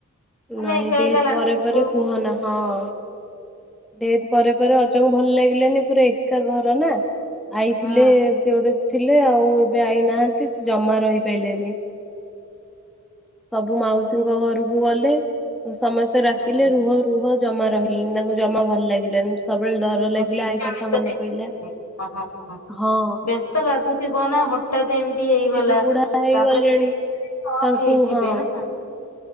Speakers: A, on the left (about 55°); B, in the centre.
A: ମାନେ
B: ନାଇଁ
A: ଏକା
B: ଡେଥ
A: ଏକା ଲାଗୁଥିବ
B: ପରେ ପରେ <unintelligible> ଡେଥେ ପରେ ପରେ ଅଜା ଙ୍କୁ ଭଲ ଲାଗିଲାନି ପୁରା ଏକା ଘର ନା ଆଇ
A: ହୁଁ
B: ଥିଲେ ସେ ଗୋଟେ ଥିଲେ ଆଉ ଏବେ ଆଇ ନାହାନ୍ତି ସେ ଜମା ରହିପାରିଲନି। ସବୁ ମାଉସୀଙ୍କ ଘରକୁ ଗଲେ। ସମସ୍ତେ
A: ହୁଁ
B: ଡାକିଲେ
A: ହୁଁ
B: ରୁହ ରୁହ ଜମା ରହିଲେନି ତାଙ୍କୁ ଜମା ଭଲ ଲାଗିଲାନି। ସବୁବେଳେ ଡର
A: ମୁଁ
B: ଲାଗିଲା
A: ବିଚଳିତ
B: ଆଇ କଥା ମନେ ପଇଲା।
A: <unintelligible>
B: ହଁ
A: ବ୍ୟସ୍ତ ଲାଗୁଥିବ ନା ହଠାତ୍ ଏମିତି ହେଇଗଲା।
B: ସିଏ ବି ବୁଢା
A: ତାପରେ
B: ହେଇଗଲେଣି।
A: ସକ୍
B: ତାଙ୍କୁ
A: ହେଇଥିବେ
B: ହଁ
A: ନା।